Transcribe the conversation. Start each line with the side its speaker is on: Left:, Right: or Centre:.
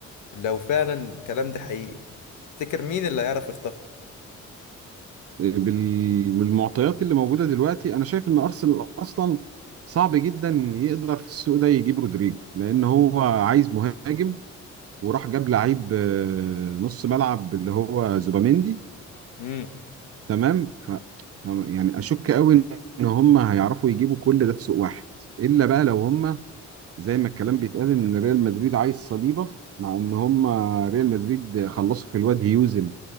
Left: لو فعلا الكلام ده حقيقي تفتكر مين اللي هيعرف يخطفه
Right: بال- بالمعطيات اللي موجودة دلوقتي أنا شايف إن أرسنال أصلا صعب جدا يقدر في السوق ده يجيب رودريجو لأن هو عايز مهاجم وراح جاب لعيب آه، نص ملعب اللي هو زوباميندي
Left: امم
Right: تمام ف... ف- يعني اشك قوي ان هم هيعرفوا يجيبوا كل ده في سوق واحد الا بقى لو هم زي ما الكلام بيتقال ان ريال مدريد عايز صليبه مع ان هم ريال مدريد خلصوا في الواد هيوزن